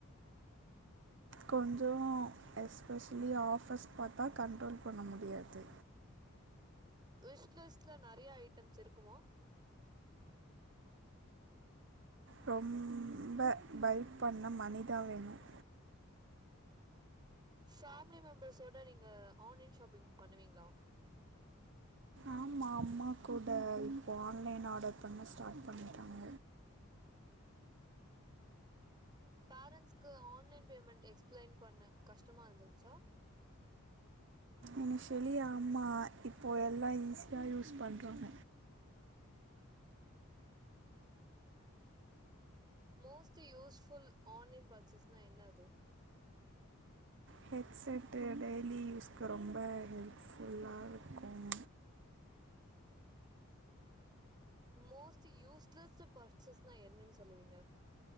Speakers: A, on the right; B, on the right.
A: கொஞ்சோ எஸ்பெஷலி ஆஃபர்ஸ் பாத்தா கண்ட்ரோல் பண்ண முடியாது
B: விஷ்லிஸ்ட்லா நறைய ஐட்டம்ஸ் இருக்கும
A: ரொம்ப பை பண்ண மணி தா வேணும்
B: ஃபேமிலி மெம்பர்ஸ்ஸோட நீங்க ஆன்லைன் ஷாப்பிங் பண்ணுவீங்களா
A: ஆமா அம்மா கூட இப்போ ஆன்லைன் ஆர்டர் பண்ண ஸ்டார்ட் பண்ணிட்டாங்க
B: பேரன்ண்ட்ஸ்க்கு ஆன்லைன் பேமெண்ட் எக்ஸ்பிளைன் பண்ண கஷ்டமா இருந்துச்சா
A: இனிஷியலி ஆமா இப்போ எல்லாம் ஈஸியா யூஸ் பண்ணுறாங்க
B: மோஸ்டு யூஸ்ஃபுல் ஆன்லைன் பர்ச்சஸ்னா எண்ணாது
A: ஹெடட்செட்டு டெய்லி யூஸ்க்கு ரொம்ப ஹெல்ப்ஃபுல்லா இருக்கும்
B: மோஸ்ட் யூஸ்லெஸ் பர்சஸ்னா என்னன்னு சொல்லுவீங்க